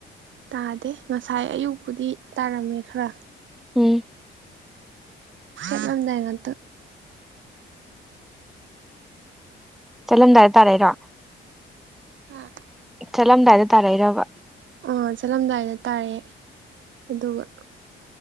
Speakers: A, on the right; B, in the centre.
A: ꯇꯥꯗꯦ ꯉꯁꯥꯏ ꯑꯌꯨꯛꯄꯨꯗꯤ ꯇꯥꯔꯝꯃꯦ ꯈꯔ
B: ꯎꯝ
A: ꯆꯝꯗꯒꯇ
B: ꯆꯠꯂꯝꯗꯥꯏ ꯍꯥꯏꯇꯥꯔꯦꯔꯣ
A: ꯍꯥ
B: ꯆꯠꯂꯝꯗꯥꯏꯗ ꯇꯥꯔꯩꯔꯕ
A: ꯑꯥ ꯆꯠꯂꯝꯗꯥꯏꯗ ꯇꯥꯔꯦ ꯑꯗꯨꯒ